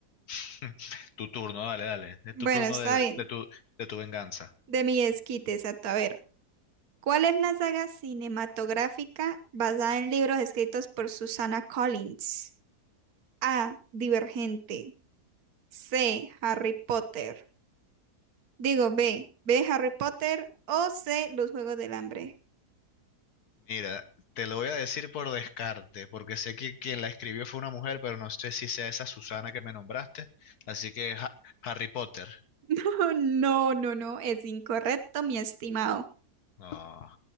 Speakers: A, on the left (about 70°); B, on the right (about 65°).
A: <laughs> Tu turno, dale, dale. Es
B: Bueno,
A: tu turno
B: está
A: de,
B: bien.
A: de tu, de tu venganza.
B: De mi esquite, exacto. A ver, ¿cuál es la saga cinematográfica basada en libros escritos por Susana Collins? A. Divergente. C. Harry Potter. Digo B. B. Harry Potter o C. Los Juegos del Hambre.
A: Mira, te lo voy a decir por descarte, porque sé que quien la escribió fue una mujer, pero no sé si sea esa Susana que me nombraste. Así que Ha- Harry Potter.
B: <laughs> No, no, no, es incorrecto, mi estimado.
A: No,